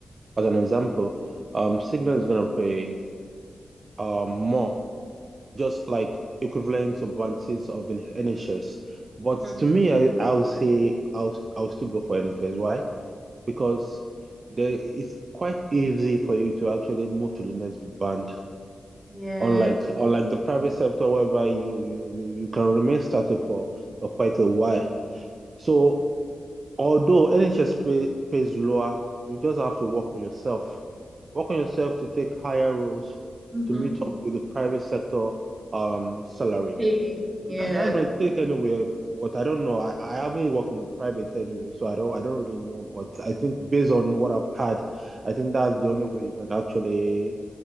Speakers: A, on the right (about 45°); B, on the right (about 20°).
A: as an example, um, Signal is gonna pay uh more just like equivalent to bounties of an NHS. But
B: Mhm.
A: to me, I, I'll say I'll I'll still go for NHS. Why? Because there it's quite easy for you to actually move to the next band.
B: Yeah.
A: Unlike unlike the private sector whereby you you you, you can remain static for, for quite a while. So although NHS pay, pays lower, you just have to work on yourself. Work on yourself to take higher roles
B: Mm-hmm.
A: to meet up with the private sector um salary.
B: Hey. Yeah.
A: That, that's my take anyway. But I don't know. I, I haven't worked in the private anyway, so I don't I don't really know. But I think based on what I've had, I think that's the only way you can actually